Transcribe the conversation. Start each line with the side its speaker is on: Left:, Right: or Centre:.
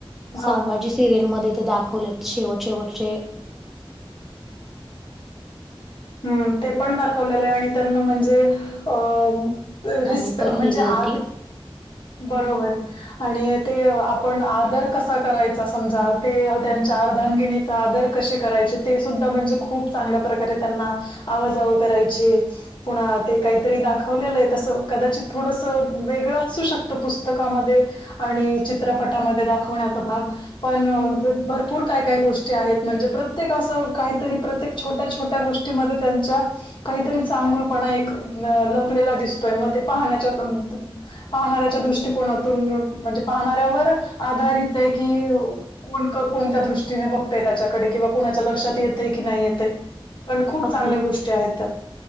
Left: हा
Centre: संभाजी सिरियल मध्ये ते दाखवले. शेवट शेवटचे
Left: हम्म ते पण दाखवलेलं आहे आणि त्यांना म्हणजे अ रिस्पे
Centre: मी पण
Left: म्हणजे
Centre: गेली
Left: आत
Centre: होती
Left: बरोबर आहे. आणि ते आपण आदर कसा करायचा समजा ते त्यांच्या अर्धांगिणी आदर कसे करायचे ते सुद्धा म्हणजे खूप चांगल्या प्रकारे त्यांना आवाजावं करायची. पुण ते काहीतरी दाखवलेलं आहे तसं कदाचित थोडसं वेगळं असू शकत. फत पुस्तकामध्ये आणि चित्रपटामध्ये दाखवण्याचा भाग पण भरपूर काय काय गोष्टी आहेत म्हणजे प्रत्येक असं काहीतरी प्रत्येक छोट्या छोट्या गोष्टीमध्ये त्यांच्या काहीतरी चांगूलपणा एक अ लपलेला दिसतोय मग ते पाहण्याच्या पाहणाऱ्याच्या दृष्टिकोनातून म्हणजे पाहणाऱ्यावर आधारित आहे की कोण कोणत्या दृष्टीने बघतय त्याच्याकडे किंवा कोुणाच्या लक्षात येतय की नाही येते. पण खूप
Centre: अगदीच
Left: चांगल्या गोष्टी आहेत त्या